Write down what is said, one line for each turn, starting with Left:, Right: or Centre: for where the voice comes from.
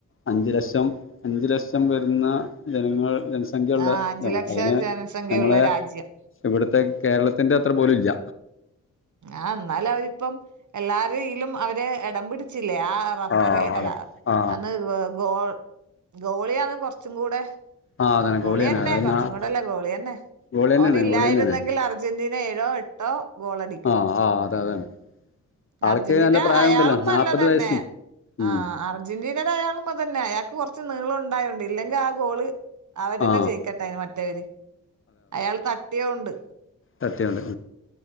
Left: അഞ്ചു ലക്ഷം അഞ്ചു ലക്ഷം വരുന്ന ജനങ്ങൾ ജൻസ്- സംഖ്യ ഉള്ള
Right: ആഹ് അഞ്ചു
Left: ഇതാണ്
Right: ലക്ഷം
Left: അങ്ങനെ
Right: ജനസംഖ്യയുള്ള
Left: ഞമ്മളെ
Right: രാജ്യം
Left: ഇവിടത്തെ കേരളത്തിന്റെ അത്ര പോലും ഇല്ല
Right: ആ ഇന്നാലും അവരിപ്പം എല്ലാരയ്യിലും അവര് ഇടം പിടിച്ചില്ലേ ആഹ് റഫറി
Left: ആ അതെ
Right: അല്ല
Left: ആ
Right: അന്ന് ഗോ ഗോൾ ഗോളിയാണ് കൊറച്ചും കൂടെ
Left: ആ അതാണ്
Right: ഗോളിയന്നെ
Left: ഗോളി തന്നെ അതായത്
Right: കുറച്ചും
Left: നാ-
Right: കൂടെല്ല ഗോളി യന്നെ
Left: ഗോളി തന്നെയാണ്
Right: ഓന് ഇല്ലായിരുന്നെങ്കിൽ
Left: ഗോളി തന്നെയാണ്
Right: അർ അർജന്റീന ഏഴോ എട്ടോ ഗോളടി
Left: ആഹ് ആഹ് അതെ അതാണ് ആൾക്ക്
Right: അർജന്റീന
Left: നല്ല പ്രായമുണ്ടല്ലോ
Right: അയാളും നല്ലതന്നെ
Left: നാപ്പത് വയസ്സും ഉം.
Right: ആഹ് അർ അർജന്റീനടെ അയാളും അത് തന്നെ അയാൾക്ക് കുറച്ച് നീളം ഉണ്ടായോണ്ട് ഇല്ലെങ്കി ആ ഗോള് അവരന്നെ
Left: ആ
Right: ജയിക്കട്ടെ മറ്റേവര് അയാൾ തട്ടിയോണ്ട്
Left: തട്ടിയോണ്ട്